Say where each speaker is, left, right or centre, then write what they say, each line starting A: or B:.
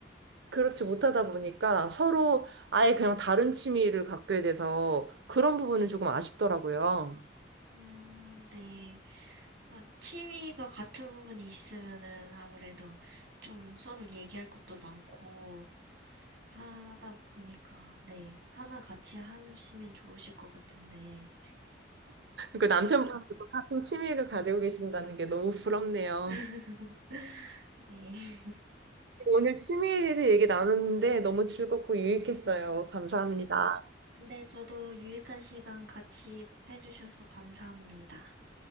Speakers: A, on the right; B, on the right.
A: 그렇지 못하다 보니까 서로 아예 그냥 다른 취미를 갖게 돼서 그런 부분은 조금 아쉽더라고요.
B: 음, 네. 아, 취미가 같은 부분이 있으면은 아무래도 좀 서로 얘기할 것도 많고 하다 보니까, 네, 하나 같이 하시면 좋으실 것 같은데.
A: 그 남편분도 같은 취미를 가지고 계신다는 게 너무 부럽네요.
B: <laughs> 네. <laughs>
A: 오늘 취미에 대해서 얘기 나눴는데 너무 즐겁고 유익했어요. 감사합니다.
B: 근데 저도 유익한 시간 같이 해주셔서 감사합니다.